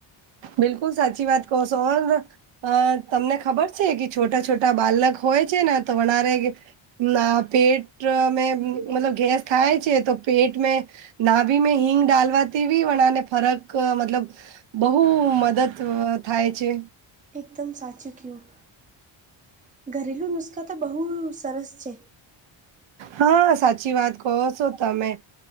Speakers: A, on the right; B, on the right.
A: બિલકુલ સાચી વાત કહો સો બરાબર. તમને ખબર છે કે છોટા-છોટા બાલક હોય છેને તો વરે ના પેટ મેં મતલબ ગેસ થાય છે, તો પેટ મે નાભી મેં હિંગ ડાલવાથી ભી વનાને ફરક મતલબ બો બહુ મદદ થાય છે.
B: એકદમ સાચું કહ્યું ઘરેલું નુકસાન તો બહુ સરસ છે.
A: હા, સાચી વાત કહો છો તમેં.